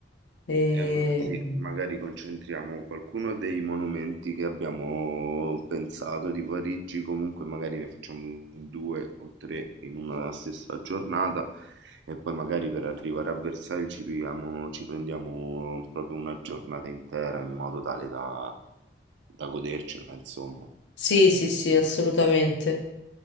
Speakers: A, on the left; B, on the right.
A: E...
B: E allora sì, magari concentriamo qualcuno dei monumenti che abbiamo pensato di Parigi, comunque magari ne facciamo due o tre in una stessa giornata e poi magari per arrivare a Versailles ci, pigliamo- ci prendiamo proprio una giornata intera in modo tale da, da godercela, insomma.
A: Sì, sì, sì, assolutamente.